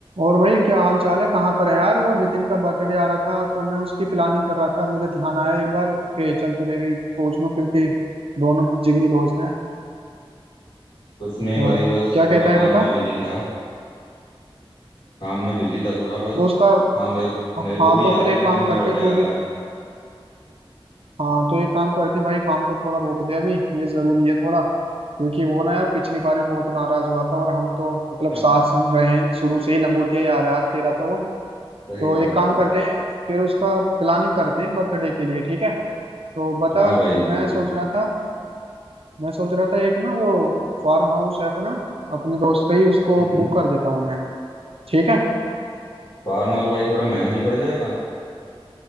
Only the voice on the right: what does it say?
और भाई क्या हाल चाल है कहाँ पर है यार वो नितिन का बर्थडे आ रहा था तो मैं उसकी प्लानिंग कर रहा था मुझे ध्यान आया एक बार कि चल तुझे भी पूछ लूं क्योंकि दोनों जिगरी दोस्त हैं
तो
क्या कहता
है
बता
तो उसका
हाँ
तो
फिर एक
काम
करते
हैं तू
भी
हाँ तो एक काम करते हैं भाई काम को थोड़ा रोक दे अभी ये जरूरी है थोड़ा क्योंकि वो ना यार पिछली बार भी बहुत नाराज हुआ था और हम तो मतलब
साथ
संग रहे हैं शुरू से ही लंगोटिया यार है यार तेरा तो वो
तो
एक काम
करते हैं फिर उसका प्लानिंग करते हैं बर्थडे के लिए ठीक है तो बता
मैं सोच रहा था मैं सोच रहा था एक ना वो फार्म हाउस है अपना अपने दोस्त का ही उसको
बुक कर देता हूँ मैं ठीक है